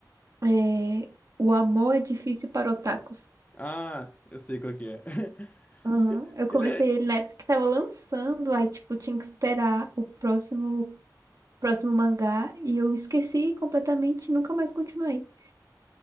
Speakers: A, on the right; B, on the left.
A: É... O Amor é Difícil para Otakus.
B: Ah, eu sei qual que é. <laughs>
A: Aham. Eu
B: Ele
A: comecei
B: é
A: ele na época que tava lançando, aí, tipo, tinha que esperar o próximo, próximo mangá e eu esqueci completamente e nunca mais continuei.